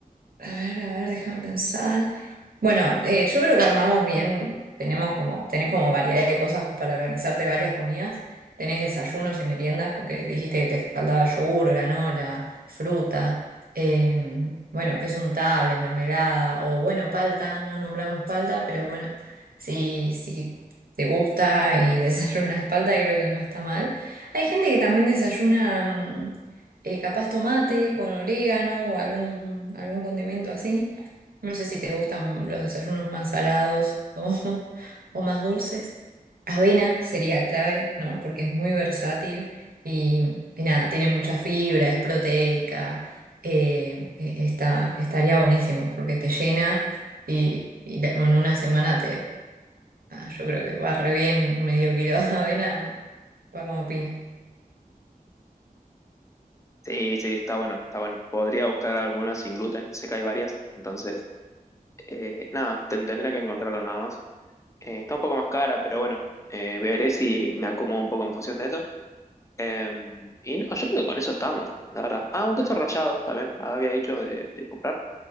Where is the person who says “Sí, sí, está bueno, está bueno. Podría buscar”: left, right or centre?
Left